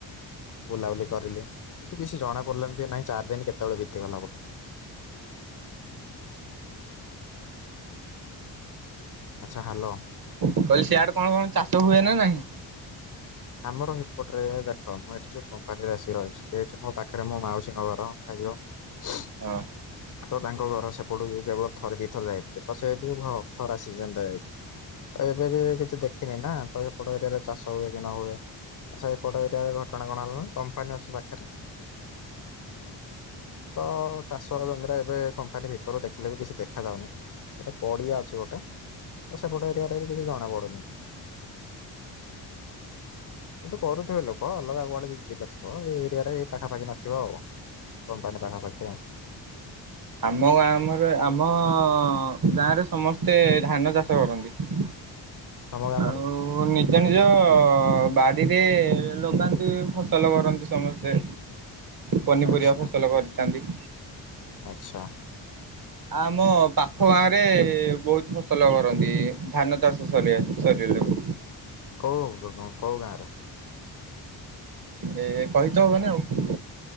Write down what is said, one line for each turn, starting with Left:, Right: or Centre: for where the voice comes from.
Left: ବୁଲାବୁଲି କରିଲି, କିନ୍ତୁ କିଛି ଜଣା ପଡ଼ିଲାନି ଯେ ନାଇଁ ଚାରି ଦିନ କେତେବେଳେ ବିତିଗଲା ବୋଲି। ଆଚ୍ଛା ହାଲୋ।
Right: କହିଲି ସିଆଡେ କଣ କଣ ଚାଷ ହୁଏ ନା ନାହିଁ?
Left: ଆମର ହିପୋଟରେ ଦେଖ ମୁଁ ଏଠି ଯୋଉ କମ୍ପାନୀ ରେ ଆସିକି ରହିଛି ସେଇଠି ମୋ ପାଖରେ ମୋ ମାଉସୀଙ୍କ ଘର ଖାଇିବ <inaudible>
Right: ହଁ।
Left: ତ ତାଙ୍କ ଘର ସେପଟୁ କେବଳ ଥରେ ଦିଥରେ ଯାଇଥିଲେ ତ ସେ ବି ଖରା ସିଜିନିରେ ଯାଇଥିଲି। ତ ଏବେ ବି କିଛି ଦେଖିନି ନା ତ ଏପଟ ଏରିଆରେ ଚାଷ ହୁଏ କି ନ ହୁଏ। ଆଛା ଏପଟ ଏରିଆ ଘଟଣା କଣ ହେଲାଣି କମ୍ପାନୀ ଅଛି ପାଖରେ ତ ଚାଷ ଜମିରେ ଏବେ କମ୍ପାନୀ ଭିତରୁ ଦେଖିଲେ ବି କିଛି ଦେଖା ଯାଉନାହିଁ। ଗୋଟେ ପଡିଆ ଅଛି ଗୋଟେ ତ ସେପଟେ ଏରିଆ ରେ ବି କିଛି ଜଣା ପଡୁନି। କିନ୍ତୁ କରୁଥିବେ ଲୋକ ଅଲଗା କୁଆଡେ ଯ ବିଲ ଥିବ ଏଇ ଏରିଆରେଇ ପାଖାପାଖି ନଥିବ ଆଉ। କମ୍ପାନୀ ପାଖା ପାଖି ଟିକେ।
Right: ଆମ ଗାଁମର ଆମ ଗାଁରେ ସମସ୍ତେ ଧାନ ଚାଷ କରନ୍ତି।
Left: ତମ ଗ୍ରାମରେ
Right: ଆଉ ନିଜ ନିଜ ବାଡ଼ିରେ ଲଗାନ୍ତି ଫସଲ କରନ୍ତି ସମସ୍ତେ। ପନିପରିବା
Left: ଆଚ୍ଛା
Right: ଫସଲ କରିଥାନ୍ତି।
Left: ଆଚ୍ଛା।
Right: ଆମ ପାଖ ଗାଁ ରେ ବହୁତ ଫସଲ କରନ୍ତି ଧାନ ଚାଷ ସରି ସରି ଲୋକ
Left: କୋଉ କୋଉ ଗାଁରେ?
Right: ଏ କହିଥ ହବନି ଆଉ।